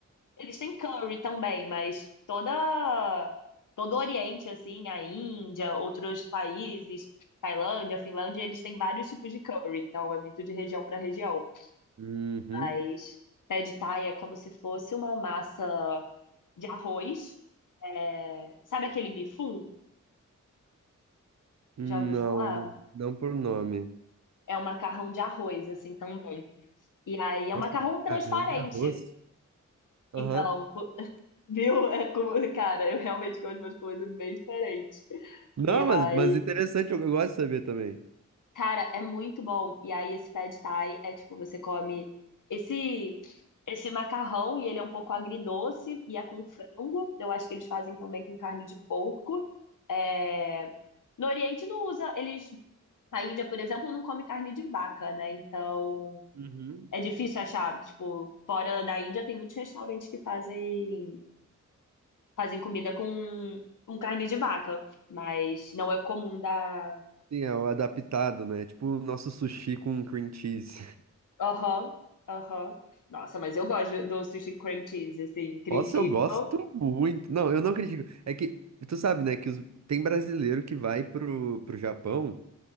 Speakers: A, on the left; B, on the right.
A: Eles têm curry também, mas toda todo o Oriente assim, a Índia, outros países, Tailândia, Finlândia, eles têm vários tipos de curry, então é muito de região para região.
B: Uhum.
A: Mas pad thai é como se fosse uma massa de arroz. É, sabe aquele bifum?
B: Não,
A: Já ouviu falar?
B: não por nome.
A: É um macarrão de arroz assim também. E aí é
B: Nossa,
A: um macarrão
B: um macarrão
A: transparente.
B: de arroz. Aham.
A: Então, pô, viu? É como- cara, eu realmente gosto de umas coisas bem diferentes.
B: Não,
A: E aí,
B: mas, mas interessante, eu, eu gosto de saber também.
A: Cara, é muito bom. E aí, esse pad thai é tipo, você come esse esse macarrão e ele é um pouco agridoce e é com frango. Eu acho que eles fazem também com carne de porco. É, No Oriente não usa, eles. A Índia, por exemplo, não come carne de vaca, né? Então
B: Uhum.
A: é difícil achar. Tipo, fora da Índia tem muitos restaurantes que fazem fazem comida com, com carne de vaca, mas não é comum da
B: Sim, é o adaptado, né? Tipo o nosso sushi com cream cheese.
A: Aham, aham. Nossa, mas eu gosto do do sushi cream cheese, assim, criticam.
B: Nossa, eu gosto muito. Não, eu não critico. É que, tu sabe, né, que os- tem brasileiro que vai pro, pro Japão